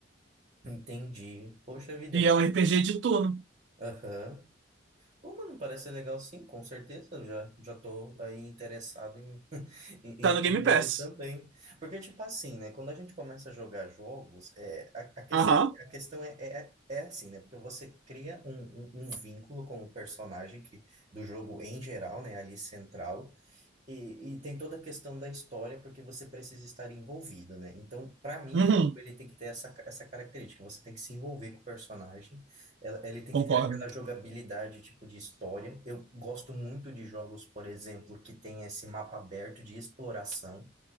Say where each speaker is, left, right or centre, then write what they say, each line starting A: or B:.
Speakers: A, on the right; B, on the right.
A: Entendi. Poxa vida.
B: E é um RPG de turno.
A: Aham. Pô, mano, parece ser legal sim, com certeza. Eu Já, já tô aí interessado em, <laughs> em,
B: Tá
A: em
B: no
A: querer
B: Game Pass.
A: ver também. Porque, tipo assim, né? Quando a gente começa a jogar jogos, é, a, a questão,
B: Aham.
A: a questão é, é, é assim, né? Porque você cria um, um, um vínculo com o personagem que, do jogo em geral, né? Ali central. E, e tem toda a questão da história, porque você precisa estar envolvido, né? Então, para mim,
B: Uhum,
A: o jogo ele tem que ter essa, essa característica. Você tem que se envolver com o personagem, ela- ele tem
B: concordo.
A: que ter aquela jogabilidade, tipo, de história. Eu gosto muito de jogos, por exemplo, que tem esse mapa aberto de exploração.